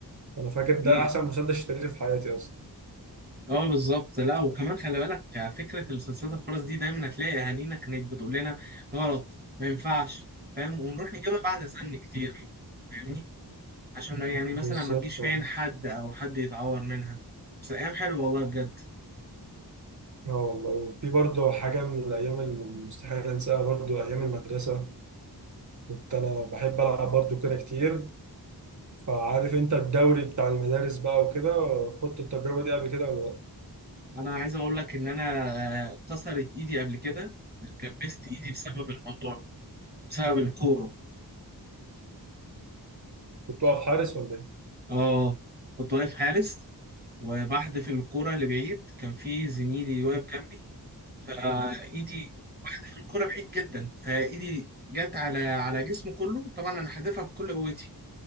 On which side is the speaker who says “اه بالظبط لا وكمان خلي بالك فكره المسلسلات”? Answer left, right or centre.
Right